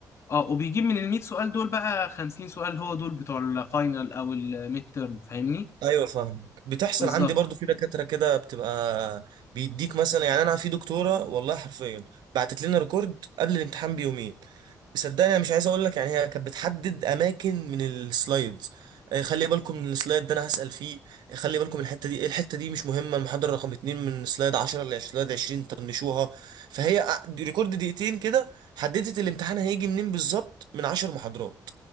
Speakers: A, on the left (about 40°); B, on the right (about 80°).
A: اه وبيجيب من ال 100 سؤال دول بقى 50 سؤال هو دول بتوع الفاينل او الميد تيرم فاهمني
B: ايوه فاهمك بتحصل
A: بالظبط
B: عندي برضو في دكاتره كده بتبقى بيديك مثلا يعني انا في دكتوره والله حرفيا بعتت لنا ريكورد قبل الامتحان بيومين صدقني انا مش عايز اقول لك يعني هي كانت بتحدد اماكن من السلايدز آه، خلي بالكم من السلايد ده انا هسال فيه آه، خلي بالكم الحته دي إيه، الحته دي مش مهمه المحاضره رقم اتنين من سلايد 10 ل سلايد 20 طنشوها فهي ع- ريكورد دقيقتين كده حددت الامتحان هيجي منين بالظبط من 10 محاضرات